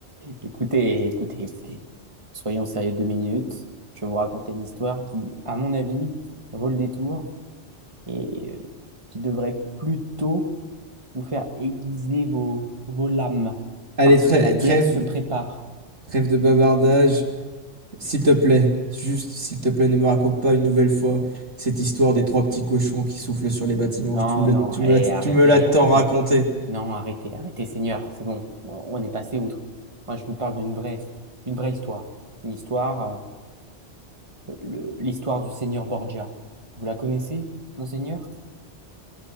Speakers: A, on the right (about 25°); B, on the right (about 80°).
A: Écoutez, écoutez, écoutez. Soyons sérieux deux minutes. Je vais vous raconter une histoire qui, à mon avis, vaut le détour et euh, qui devrait plutôt vous faire aiguiser vos, vos lames
B: Allez,
A: parce
B: trê-
A: que la guerre
B: trêve,
A: se prépare.
B: trêve de bavardage. S'il te plaît, juste s'il te plaît, ne me raconte pas une nouvelle fois cette histoire des trois petits cochons qui soufflent sur les bâtiments.
A: Non,
B: Tu me,
A: non,
B: le- tu
A: allez,
B: me la, tu
A: arrêtez,
B: me l'as tant
A: arrêtez.
B: raconté.
A: Non, arrêtez, arrêtez, Seigneur. C'est bon, on on est passé outre. Moi, je vous parle d'une vraie, d'une vraie histoire. Une histoire, euh, le- l'histoire du Seigneur Borgia. Vous la connaissez, Monseigneur?